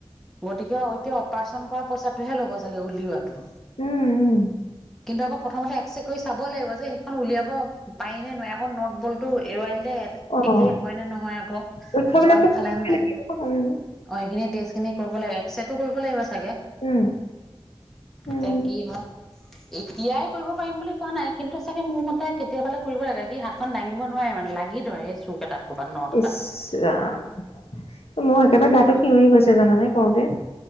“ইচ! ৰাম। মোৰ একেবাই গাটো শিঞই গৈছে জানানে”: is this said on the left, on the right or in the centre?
Left